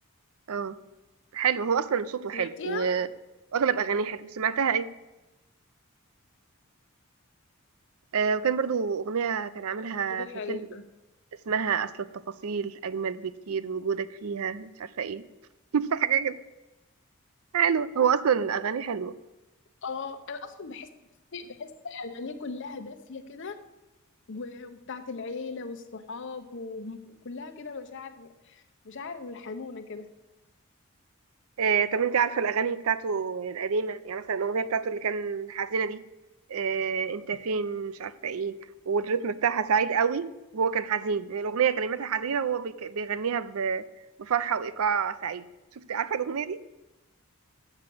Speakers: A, on the right; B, on the left.
A: اه حلو هو أصلا صوته
B: سمعتيها
A: حلو و- وأغلب أغانيه حلو سمعتها أيه آه وكان برضو أغنية كان عاملها
B: دي
A: في
B: حقيقة
A: فيلم اسمها أصل التفاصيل أجمل بكتير وجودك فيها مش عارفة ايه <laughs> حاجة كده حلوة هو أصلا أغانيه حلوة
B: اه انا اصلا بحس بحس اغانيه كلها دافيه كده و- وبتاعت العيله والصحاب وكلها كده مشاعر مشاعر حنونه كده
A: آه، طب انت عارفه الاغاني بتاعته القديمه يعني مثلا الاغنيه بتاعته اللي كان حزينه دي آه، انت فين مش عارفه ايه والريتم بتاعها سعيد قوي وهو كان حزين الاغنيه كلماتها حزينه وهو بيك- بيغنيها ب- بفرحه وايقاع سعيد شفتي عارفه الاغنيه دي